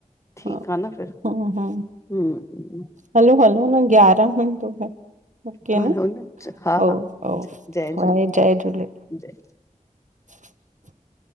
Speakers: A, on the left (about 20°); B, on the right (about 60°).
A: ठीकु
B: हा
A: आहे न फिर।
B: हम्म हम्म
A: हम्म
B: हलो हलो न ग्यारह हूंदो ह ओके
A: हम्म
B: न
A: हा
B: ओओ
A: हा जय झूलेलाल
B: वाहे जय झूलेलाल।
A: जय
B: <inaudible>